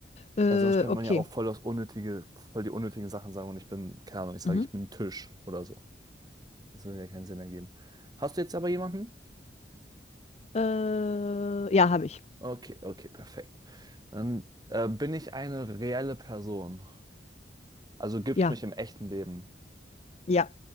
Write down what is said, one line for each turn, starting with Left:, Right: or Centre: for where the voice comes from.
Left: Äh,
Right: Weil sonst könnte
Left: okay.
Right: man ja auch voll das unnötige, voll die unnötigen Sachen sagen und ich bin, keine Ahnung, ich sage,
Left: Mhm.
Right: ich bin ein Tisch oder so. Das würde ja keinen Sinn ergeben. Hast du jetzt aber jemanden?
Left: Äh, ja, habe ich.
Right: Okay, okay, perfekt. Dann äh, bin ich eine reelle Person. Also gibt's
Left: Ja,
Right: mich im echten Leben.
Left: ja,